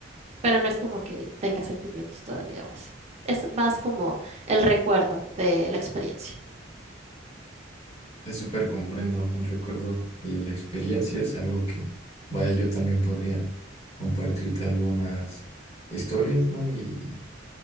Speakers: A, on the right; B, on the left.
A: pero no es como que tenga sentimientos todavía o así. Es más como el recuerdo de la experiencia.
B: Es súper comprendo el recuerdo y la experiencia es algo que, vaya, yo también podría compartirte algunas historias, ¿no? Y